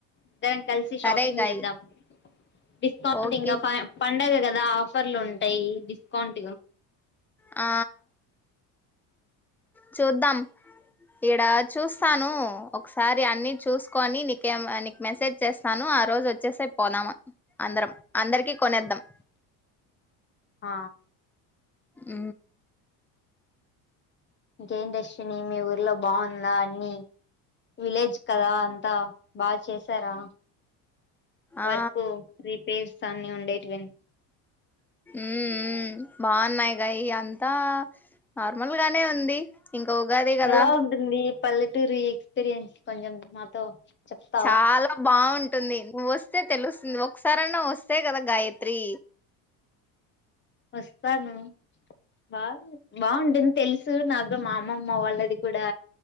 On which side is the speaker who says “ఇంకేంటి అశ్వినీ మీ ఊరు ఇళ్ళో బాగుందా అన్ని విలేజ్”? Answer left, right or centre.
Left